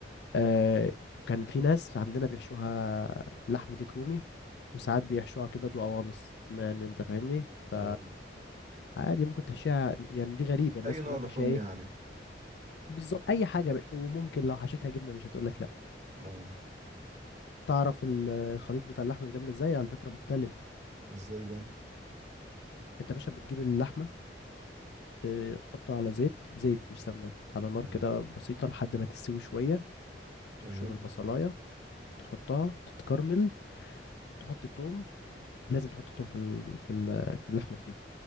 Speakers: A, on the left; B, on the right.
A: آه كان في ناس عندنا بيحشوها لحم ديك رومي وساعات بيحشوها كبد وقوانص يعني انت فاهمني ف
B: اه
A: عادي ممكن تحشيها يعني دي غريبة الناس
B: اي
A: كلها
B: نوع
A: بتحشيها
B: لحوم
A: ايه
B: يعني
A: بالظبط اي حاجة يا باشا. وممكن لو حشيتها جبنة مش هتقول لك لا
B: اه
A: تعرف الخليط بتاع اللحم بيتعمل ازاي على فكرة مختلف
B: ازاي بقى
A: انت يا باشا بتجيب اللحمه بتحطها على زيت زيت مش سمنه على نار
B: ايوه
A: كده بسيطه لحد ما تستوي شويه تبشر
B: ايوه
A: البصلايه تحطها تتكرمل تحط توم لازم تحط توم في ال... في ال... في اللحمه دي